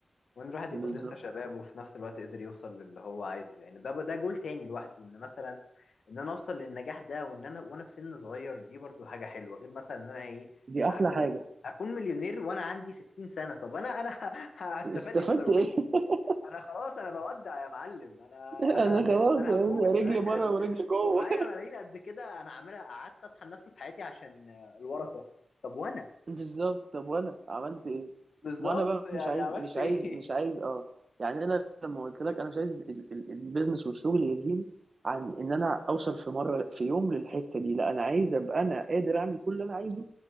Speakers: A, on the left; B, on the right.
A: وإن الواحد
B: بالظبط
A: يكون لسه شباب وفي نفس الوقت قدر يوصل للي هو عايزه يعني ده ده جول تاني لوحده إن مثلا إن أنا أوصل للنجاح ده وإن أنا وأنا في سن صغير دي برضو حاجة حلوة غير مثلا إن أنا إيه
B: دي
A: أكون
B: أحلى حاجة
A: أكون مليونير وأنا عندي 60 سنة طب أنا أنا <laughs> هستفاد
B: استفدت
A: إيه بثروتي؟
B: إيه؟ <laughs>
A: انا خلاص انا بودع يا معلم انا انا
B: أنا خلاص
A: <laughs> انا
B: يا
A: هموت
B: باشا، رجلي بره
A: <laughs>
B: ورجلي جوه
A: ومعايا ملايين قد كده انا عاملها قعدت اطحن نفسي في حياتي عشان الورثه طب وانا
B: بالظبط طب وانا عملت ايه
A: بالظبط
B: ما انا بقى
A: يعني
B: مش عايز
A: عملت
B: مش
A: ايه
B: عايز مش عايز اه يعني انا لما قلت لك انا مش عايز ال- ال- البيزنس والشغل يلهيني عن ان انا اوصل في مره في يوم للحته دي لا انا عايز ابقى انا قادر اعمل كل اللي انا عايزه